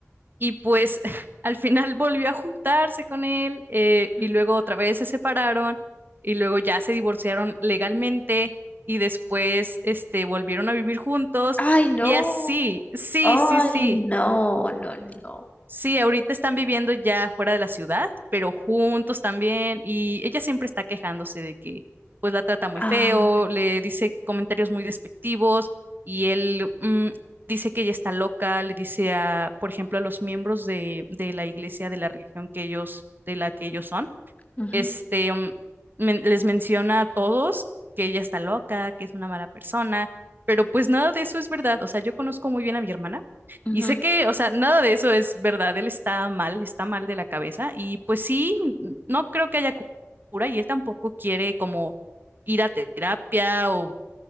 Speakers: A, on the right; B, on the left.
A: Y pues <laughs> al final volvió a juntarse con él eh,
B: Mm.
A: y luego otra vez se separaron y luego ya se divorciaron legalmente y después este, volvieron a vivir juntos
B: Ay, no.
A: y así, sí,
B: Ay,
A: sí, sí.
B: no, no, no.
A: Sí, ahorita están viviendo ya fuera de la ciudad, pero juntos también, y ella siempre está quejándose de que pues la trata muy
B: Ah,
A: feo, le dice comentarios muy despectivos, y él mm, dice que ella está loca, le dice a, por ejemplo, a los miembros de, de la iglesia, de la religión que ellos, de la que ellos son
B: ujú,
A: este, mm, men- les menciona a todos que ella está loca, que es una mala persona, pero pues nada de eso es verdad. O sea, yo conozco muy bien a mi hermana
B: ujú.
A: y sé que, o sea, nada de eso es verdad. Él está mal, está mal de la cabeza y pues sí, n- no creo que haya cu- cura y él tampoco quiere como ir a terapia o